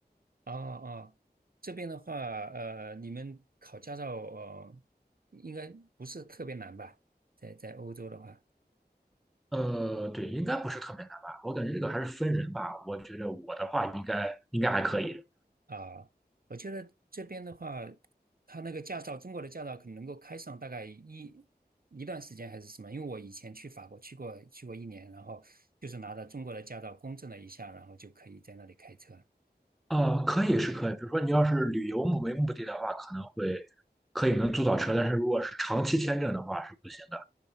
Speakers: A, on the right; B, in the centre.
A: 哦哦，这边的话，呃，你们考驾照呃，应该不是特别难吧？在在欧洲的话，
B: 呃，对，应该不是特别难吧？我感觉这个还是分人吧。我觉得我的话应该应该还可以。
A: 啊，我觉得这边的话，他那个驾照，中国的驾照可能能够开上大概一一段时间还是什么？因为我以前去法国去过去过一年，然后就是拿着中国的驾照公证了一下，然后就可以在那里开车。
B: 呃，可以是可以，比如说你要是旅游目为目的的话，可能会可以能租到车，但是如果是长期签证的话是不行的。